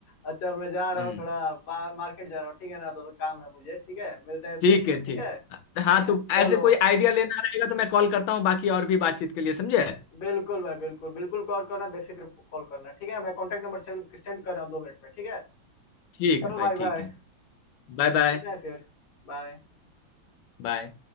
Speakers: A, on the left; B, on the left.
A: अच्छा मैं जा रहा
B: हम्म।
A: हूँ थोड़ा बा- मार्केट जा रहा हूँ ठीक है ना तो काम है मुझे ठीक है मिलते हैं
B: ठीक
A: फिर ठीक
B: है ठीक
A: है
B: हाँ तो
A: चलो
B: ऐसे कोई आइडिया लेना रहेगा तो मैं कॉल करता हूँ बाकी और भी बातचीत के लिए समझे
A: बिल्कुल भाई बिल्कुल बिल्कुल कॉल करना बेफिक्र कॉल करना ठीक है मैं कॉन्टेक्ट नंबर सेंड कर रहा हूँ दो मिनट में ठीक है
B: ठीक
A: चलो
B: है
A: भाई
B: भाई
A: बाय
B: ठीक है बाय बाय
A: मिलते हैं फिर बाय
B: बाय